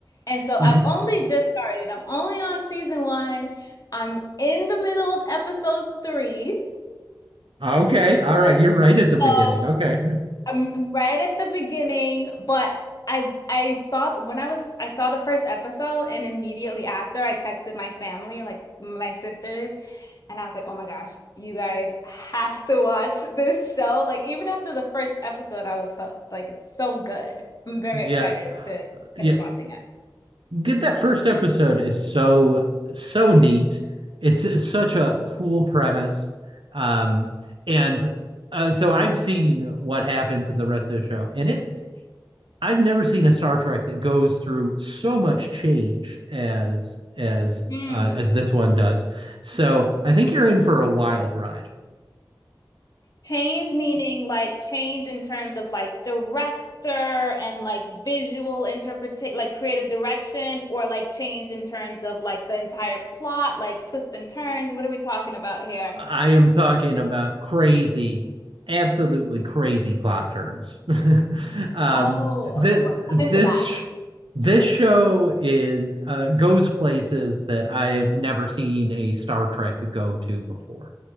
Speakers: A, on the left (about 50°); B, on the right (about 80°).
A: And so
B: hmm
A: I've only just started. I'm only on season one. I'm in the middle of episode three.
B: Okay. All right. You're right at the beginning.
A: So
B: Okay.
A: I'm right at the beginning, but I I saw when I was I saw the first episode and immediately after I texted my family, like my sisters, and I was like, "Oh my gosh, you guys have to watch this show." Like even after the first episode, I was hooked. Like it's so good. I'm very
B: Yeah.
A: excited to
B: Yeah.
A: finish watching it.
B: Get that first episode is so so neat. It's uh, such a cool premise. Um and uh, so I've seen what happens in the rest of the show and it I've never seen a Star Trek that goes through so much change as as
A: hmm
B: uh, as this one does. So I think you're in for a wild ride.
A: Change meaning like change in terms of like director and like visual interpretation, like creative direction, or like change in terms of like the entire plot, like twists and turns. What are we talking about here?
B: I am talking about crazy, absolutely crazy plot turns. <laughs> um,
A: Oh,
B: th-
A: okay. Well, I'm into
B: this
A: that.
B: this show is uh, goes places that I've never seen a Star Trek go to before.